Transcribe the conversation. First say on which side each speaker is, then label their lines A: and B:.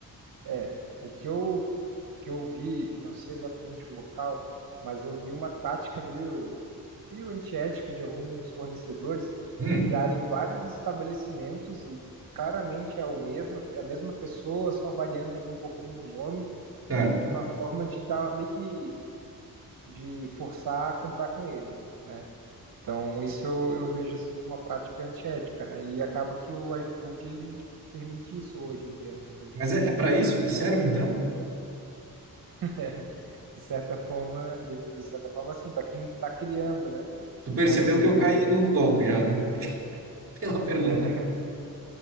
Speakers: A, on the right; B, on the right.
A: É, o que eu, o que eu vi, não sei exatamente o local, mas eu vi uma tática meio, meio antiética de alguns fornecedores
B: Hum,
A: de criarem vários estabelecimentos e claramente é o mesmo, a mesma pessoa, só variando ali um pouquinho do nome,
B: certo.
A: de uma forma de dar meio que de forçar a comprar com ele, né? Então, isso eu, eu vejo assim como uma prática antiética, né? E acaba que o iFood ele permite isso hoje em dia, não sei.
B: Mas é, é para isso que serve então?
A: <laughs> De certa forma, de, de certa forma, assim, para quem está criando, né?
B: Tu
A: O
B: percebeu
A: fornecedor,
B: que eu caí no golpe já, né? <laughs> Pela pergunta.
A: né? <laughs>